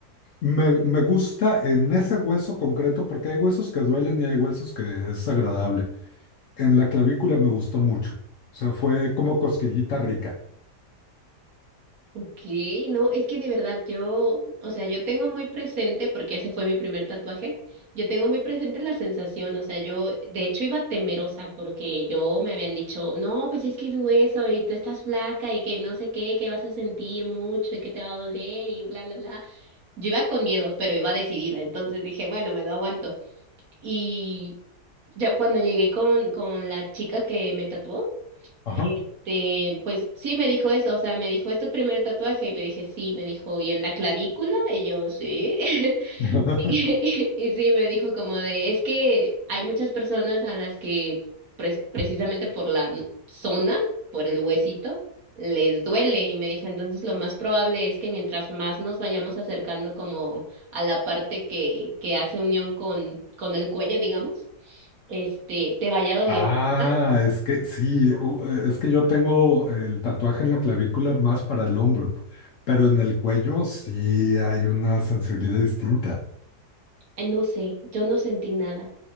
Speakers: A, on the left; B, on the right.
A: Me, me gusta en ese hueso concreto porque hay huesos que duelen y hay huesos que es agradable. En la clavícula me gustó mucho. O sea, fue como cosquillita rica.
B: Ok, no, es que de verdad yo, o sea, yo tengo muy presente, porque ese fue mi primer tatuaje, yo tengo muy presente la sensación, o sea, yo de hecho iba temerosa porque yo me habían dicho, no, pues es que es hueso y tú estás flaca y que no sé qué, que vas a sentir mucho y que te va a doler y bla, bla, bla. Yo iba con miedo, pero iba decidida, entonces dije, bueno, me lo aguanto. Y ya cuando llegué con, con la chica que me tatuó,
A: Ajá.
B: este, pues sí me dijo eso, o sea, me dijo, ¿es tu primer tatuaje? Y le dije, sí, me dijo, ¿y en la clavícula? Y yo, sí. <laughs>
A: <laughs>
B: <laughs> Y sí, me dijo como de, es que hay muchas personas a las que pres- precisamente por la zona, por el huesito, les duele. Y me dijo, entonces lo más probable es que mientras más nos vayamos acercando como a la parte que, que hace unión con, con el cuello, digamos, este, te vaya doliendo
A: Ah,
B: más.
A: es que sí, u- eh, es que yo tengo el tatuaje en la clavícula más para el hombro, pero en el cuello sí hay una sensibilidad distinta.
B: Ay, no sé, yo no sentí nada.